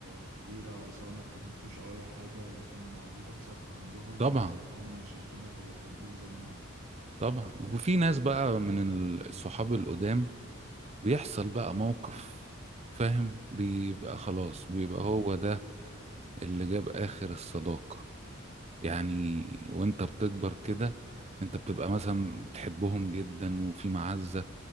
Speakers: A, on the right (about 75°); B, on the right (about 30°).
A: كبيرة سواء ما اتكلمتوش أو أي حاجة لكن معزتك ثابتة عندهم
B: طبعا
A: وهم شايفينك وبيحبوك زي ما أنت
B: طبعا وفي ناس بقى من الصحاب القدام بيحصل بقى موقف فاهم بيبقى خلاص بيبقى
A: مم.
B: هو ده اللي جاب آخر الصداقة يعني وانت بتكبر كده انت بتبقى مثلا بتحبهم جدا وفي معزة